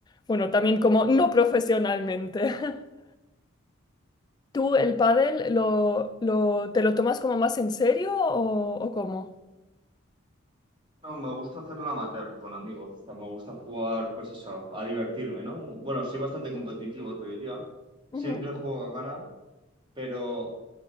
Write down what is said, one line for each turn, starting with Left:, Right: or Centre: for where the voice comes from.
Left: bueno, también como no profesionalmente. <laughs> ¿Tú el pádel lo, lo, te lo tomas como más en serio o, o cómo?
Right: No, me gusta hacerlo amateur con amigos. O sea, me gusta jugar, pues eso, a divertirme, ¿no? Bueno, soy bastante competitivo, te diría.
Left: Ujú.
Right: Siempre juego a ganar, pero